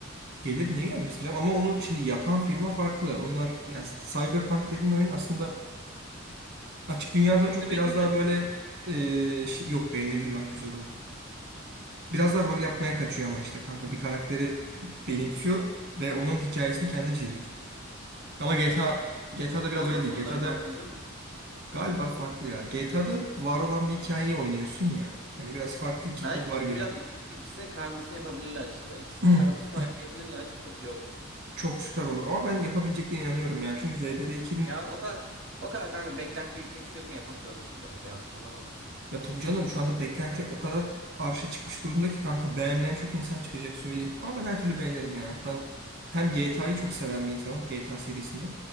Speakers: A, on the right; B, on the right.
A: Gelir niye gelmesin canım? Ama onu şimdi yapan firma farklı. Onlar yani Cyberpunk dediğin oyun aslında açık dünyadan
B: Çok
A: çok
B: da beğenilmedi.
A: biraz daha böyle eee, şey, yok beğenildi lan güzel oyun. Biraz da rol yapmaya kaçıyor ama işte kanka bir karakteri benimsiyor ve onun hikayesini kendi çiziyorsun. Ama GTA GTA'da biraz
B: Onun
A: öyle
B: da sonları
A: değil. GTA'da
B: farklı değil mi?
A: galiba farklı ya. GTA'da var olan bir hikayeyi oynuyorsun ya. Hani biraz farklı iki
B: Belki
A: kul var
B: işte
A: gibi.
B: biraz ikisi, ikisinin karmasını yapabilirler işte. Ben ikisinin
A: <clears throat>
B: karmasını ayarlayabilirlerse çok iyi olur.
A: Çok süper olur ama ben yapabileceklerine inanıyorum ya. Çünkü RDR2'nin
B: Ya o kadar o kadar kanka beklenti yüksek istiyorsan yapmak zorundasın biraz da yanlış anlama da.
A: Ya tabii canım şu anda beklenti o kadar arşa çıkmış durumda ki kanka beğenmeyen çok insan çıkacak söyleyeyim. Ama ben her türlü beğenirim ya. Ben hem GTA'yı çok seven bir insanım GTA serisini.